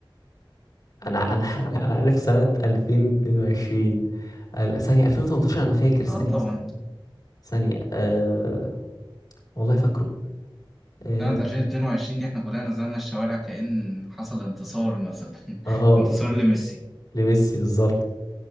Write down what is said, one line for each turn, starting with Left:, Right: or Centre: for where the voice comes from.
Left: انا انا <laughs> انا عارف سنة 2022 ال- ثانية 2018 انا فاكر ثانية
Centre: آه طبعا
Left: ثانية ثانية. آه والله فاكره اه
Centre: سنة 2022 دي إحنا كلنا نزلنا الشوارع كأن حصل انتصار مثلا
Left: آه،
Centre: <laughs> انتصار لميسي
Left: لميسي بالظبط